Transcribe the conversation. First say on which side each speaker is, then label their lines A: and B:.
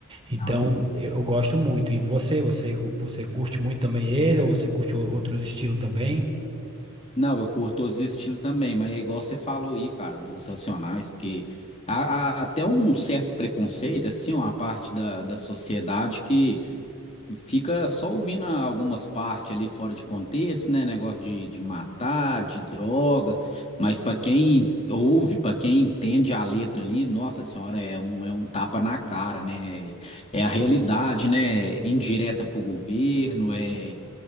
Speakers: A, on the right; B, on the left.
A: Então
B: Realmente.
A: eu gosto muito. E você, você, você curte muito também ele ou você curte o- outros estilos também?
B: Não, eu curto todos os estilos também, mas é igual você falou aí, cara, dos Racionais, porque há, há até um certo preconceito, assim, uma parte da, da sociedade que fica só ouvindo algumas partes ali fora de contexto, né? Negócio de, de matar, de droga, mas para quem ouve, para quem entende a letra ali, nossa senhora, é um, é um tapa na cara, né? É a realidade, né? É Indireta para o governo, é,